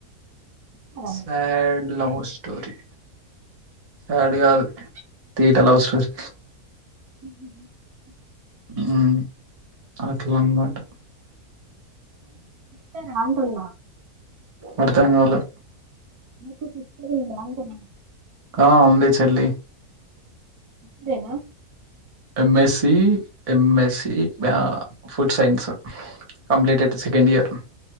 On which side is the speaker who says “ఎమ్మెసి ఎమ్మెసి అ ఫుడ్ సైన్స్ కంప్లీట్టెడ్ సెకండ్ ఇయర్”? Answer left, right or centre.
Right